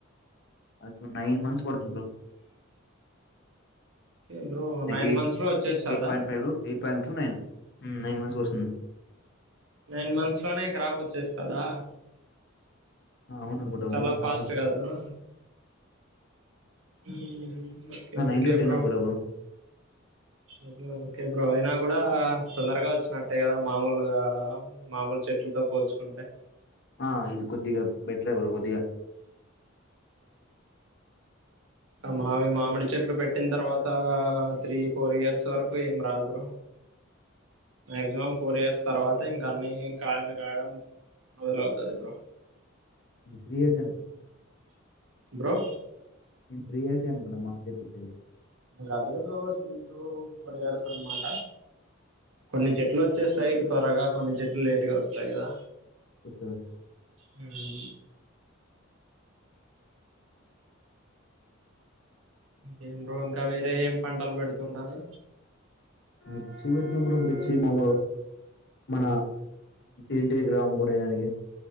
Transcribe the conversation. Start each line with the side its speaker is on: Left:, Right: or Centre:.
Left: అ నైన్ మంత్స్ పడుతుంది bro
Right: okay bro nine
Left: eight
Right: months లో వచ్చేస్తదా
Left: ఎయిట్ point five to eight pot నై తూ సం
Right: నైన్ మంత్స్ లోనే క్రాప్ వచ్చేస్తదా
Left: అవును అనుకుంటా
Right: చాలా
Left: బ్రో
Right: ఫాస్ట్
Left: ఆల్మోస్ట్
Right: కదా బ్రో ఉం okay okay
Left: nine to ten
Right: bro
Left: అనుకుంటా
Right: ఓకే ఓకే బ్రో ఐనా కూడా తొందరగా వచ్చినట్టే గదా మామూలుగ మామూలు చెట్లతో పోల్చుకుంటే
Left: ఆ ఇది కొద్దిగా బెటరే బ్రో కొద్దిగా
Right: ఉమ్ మామి మామిడి చెట్లు పెట్టిన తర్వాత త్రీ ఫోర్ ఇయర్స్ వరకు ఏం రాదు బ్రో మక్సిమం ఫోర్ ఇయర్స్ తర్వాత ఇంకా అన్ని కాయలు కాయడం వీలు ఆవుతాది బ్రో
Left: త్రి ఇయర్స్
Right: బ్రో
Left: ఉమ్ త్రీ అయితానుగా మా తే
Right: ఇక అదే bro three years four years అన్నమాట కొన్ని చెట్లు వచ్చేస్తాయి త్వరగా కొన్ని చెట్లు లేటుగా వస్తాయి గా
Left: వచ్చే వచ్చే
Right: ఉమ్ ఇంకేం బ్రో ఇంకా వేరే ఏం పంటలు పెడుటారు బ్రో
Left: మిర్చి పెడతా బ్రో మిర్చి మాములుగా మన ఏంటి గ్రామం కొనేదానికి